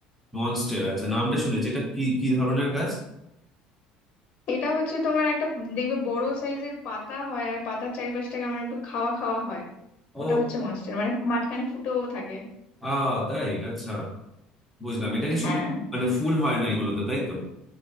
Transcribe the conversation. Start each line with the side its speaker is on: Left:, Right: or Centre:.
Centre: মনস্টের আচ্ছা নামটা শুনেছি এটা কি কি ধরনের গাছ
Left: এটা হচ্ছে তোমার একটা দেখবে বড় সাইজের পাতা হয় আর পাতার চারিপাশটা কেমন একটু খাওয়া খাওয়া হয়
Centre: ও
Left: ওটা হচ্ছে মনস্টেরা মানে মাঝখানে ফুটোও থাকে
Centre: আ তাই আচ্ছা বুঝলাম এটা কি
Left: হ্যাঁ
Centre: শুধু মানে ফুল হয় না এগুলোতে তাই তো